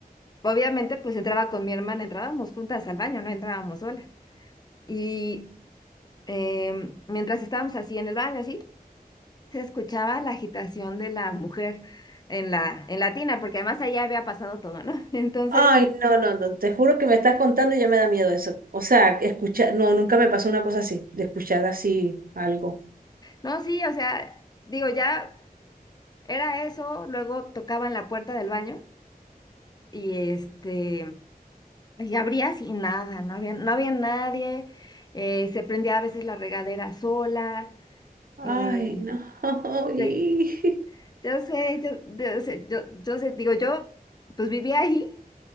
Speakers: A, on the left (about 25°); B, on the right (about 65°).
A: obviamente pues entraba con mi hermana, entrábamos juntas al baño, no entrábamos solas. Y em, mientras estábamos así en el baño, así, se escuchaba la agitación de la mujer en la, en la tina, porque además ahí había pasado todo, ¿no? <laughs> Entonces...
B: Ay, no, no, no, te juro que me estás contando y ya me da miedo eso. O sea, escuchar, no, nunca me pasó una cosa así, de escuchar así algo.
A: No, sí, o sea, digo, ya era eso, luego tocaban la puerta del baño y este, y abrías y nada, no había, no había nadie, eh, se prendía a veces la regadera sola,
B: Ay,
A: eh,
B: no. <laughs>
A: se- yo sé, yo, yo sé, yo, yo sé, digo, yo pues vivía ahí